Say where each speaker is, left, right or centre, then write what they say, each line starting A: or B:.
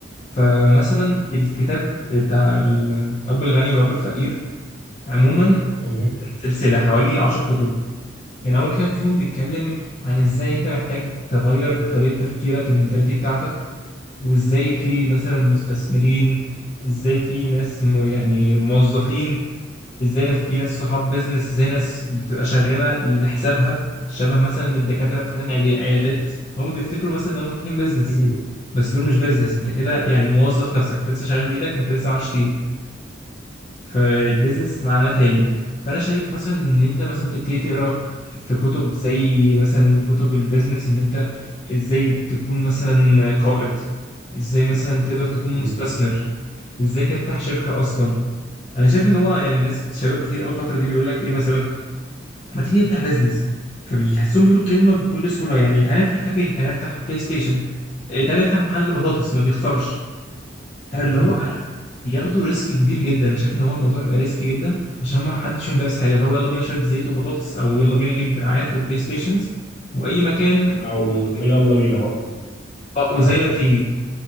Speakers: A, on the left; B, on the left.
A: فمثلا الكتاب بتاع الأب الغني والأب الفقير عموما
B: مهم.
A: سلسلة حوالي عشر كتب كان أول كتاب فيهم بيتكلم عن إزاي أنت محتاج تغير طريقة تفكيرك المنتاليتي بتاعتك وإزاي في مثلا مستثمرين إزاي في ناس م- يعني موظفين ازاي ناس في ناس صحاب بيزنس ازاي ناس بتبقى شغاله لحسابها شبه مثلا الدكاتره فاتحين عيادي- عيادات هم بيفتكروا مثلا ان هم فاتحين بيزنس
B: مهم.
A: بس دول مش بيزنس انت كده يعني موظف نفسك انت لسه شغال بايدك وانت لسه معكش تيم فالبيزنس معناه تاني فانا شايف مثلا ان انت مثلا تبتدي تقرا في كتب زي مثلا كتب البيزنس ان انت ازاي تكون مثلا قائد ازاي مثلا تقدر تكون
B: مهم.
A: مستثمر ازاي تفتح شركة اصلا انا شايف ان هو يعني الناس كت- شباب كتير اول فتره دي بيقول لك ايه مثلا ما تيجي نفتح بيزنس فبيحسون بيقولوا الكلمه بكل سهوله يعني تعالى نفتح كافيه تعالى نفتح بلاي ستيشن إيه، تعالى نفتح محل بطاطس ما بيخسرش اللي
B: مهم.
A: هو عارف بياخدوا ريسك كبير جدا انا شايف ان هو الموضوع بيبقى ريسكي جدا عشان ما حدش فيهم دارس حاجه اللي هو يلا بينا شويه زيت وبطاطس او يلا بينا نجيب دراعات وبلاي ستيشنز واي مكان
B: او
A: ويلا
B: يلا بينا بقى
A: بينا-
B: آه.
A: وزي ما تيجي